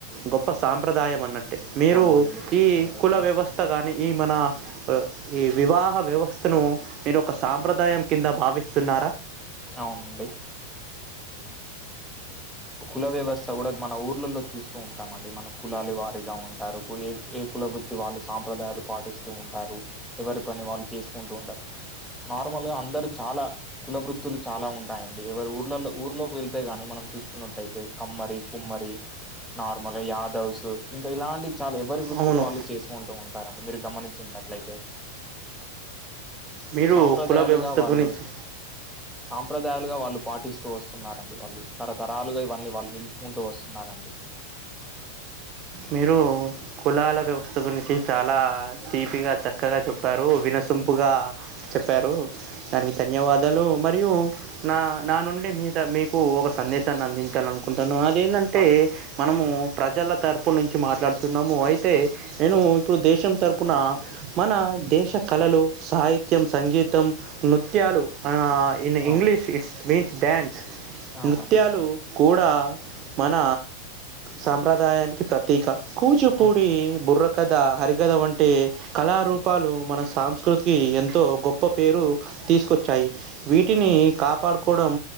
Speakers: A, on the right (about 35°); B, in the centre.
A: గొప్ప సాంప్రదాయం అన్నట్టే మీరు
B: అవునండి. చెప్పింది
A: ఈ
B: నిజమే.
A: కుల వ్యవస్థ కానీ ఈ మన ఈ వివాహ వ్యవస్థను మీరు ఒక సాంప్రదాయం కింద భావిస్తున్నా
B: అవునండి కుల వ్యవస్థ కూడా మన ఊర్లలో చూస్తూ ఉంటాంమండి. మనం కులాల వారిగా ఉంటారు ఏ ఏ కుల ప్రభృత్తి వాళ్ళు సాంప్రదాయాలు పాటిస్తూ ఉంటారు. ఎవరి పని వాళ్ళు చేసుకుంటూ ఉంటారు. నార్మల్ గా అందరు చాలా కుల వృత్తులు చాలా ఉంటాయండి. ఎవరు ఊర్లల్లో ఊర్లోకి వెళ్తే గాని మనం చూసుకున్న. యితే కమ్మరి కుమ్మరి నార్మల్గా యాదవ్స్ ఇంకా ఇలాంటి చాలు ఎవరి వృత్తులు
A: అవును
B: వాళ్ళు చేసుకుంటూ ఉంటారండి. మీరు గమనించినట్లయితే
A: మీరు
B: సాంప్రదాయాలుగా
A: కుల వ్యవస్థ
B: వాళ్ళు
A: గురించి
B: సాం సాంప్రదాయాలుగా వాళ్ళు పాటిస్తూ వస్తున్నారండి వాళ్ళు తరతరాలుగా ఇవన్నీ వాళ్ళు నిలుపుకుంటూ వస్తున్నారండి.
A: మీరు కులాల వ్యవస్థ గురించి చాలా తీపిగా చక్కగా చెప్పారు. విన సంపుగా చెప్పారు దానికి ధన్యవాదాలు మరియు నా నా నుండి మీ మీకు ఒక సందేశాన్ని అందించాలనుకుంటాను. అదేందంటే
B: ఆ,
A: మనము ప్రజల తరప్ అప్పు నుంచి మాట్లాడుతున్నాము అయితే నేను ఇప్పుడు దేశం తరఫున మన దేశ కళ సాహిత్యం సంగీతం నృత్యాలు ఇన్
B: అవు-
A: ఇంగ్లీష్ ఇట్స్ మీన్స్ డ్యాన్స్
B: అవునండి
A: నృత్యాలు కూడా మన సంప్రదాయానికి ప్రతక కూచిపూడి
B: ఉమ్,
A: బుర్ర కథ హరికథ వంటి కళారూపాలు
B: ఉమ్,
A: మన సాస్కృతికి ఎంతో గొప్ప పేరు తీసుకొచ్చాయి వీటిని కాపాడుకోవడం